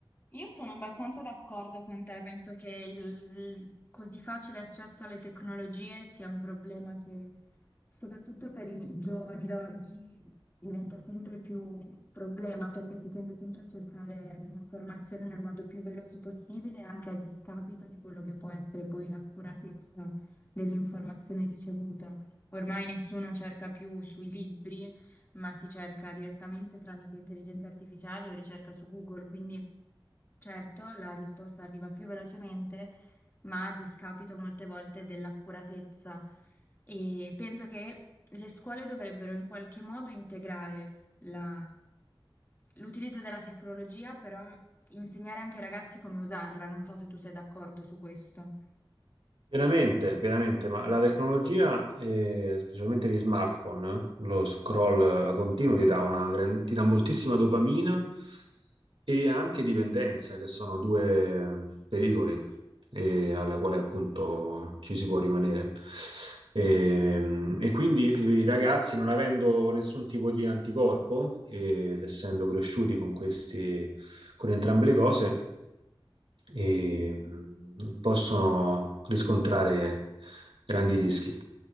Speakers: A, on the left; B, on the right.
A: Io sono abbastanza d'accordo con te, penso che il, il così facile accesso alle tecnologie sia un problema che soprattutto per i giovani d'oggi diventa sempre più un problema perché si tende sempre a cercare l'informazione nel modo più veloce possibile, anche a discapito di quello che può essere poi l'accuratezza dell'informazione ricevuta. Ormai nessuno cerca più sui libri ma si cerca direttamente tramite intelligenza artificiale o ricerca su Google, quindi certo la risposta arriva più velocemente, ma a discapito molte volte dell'accuratezza. E penso che le scuole dovrebbero in qualche modo integrare la- l'utilizzo della tecnologia, però insegnare anche ai ragazzi come usarla. Non so se tu sei d'accordo su questo.
B: Pienamente, pienamente, ma la tecnologia, eh, specialmente gli smartphone, eh, lo scroll eh, continuo ti dà una gran- ti dà moltissima dopamina e anche dipendenza, che sono due pericoli eh, alla quale appunto ci si può rimanere. E, e quindi i ragazzi, non avendo nessun tipo di anticorpo ed essendo cresciuti con questi, con entrambe le cose, e possono riscontrare grandi rischi.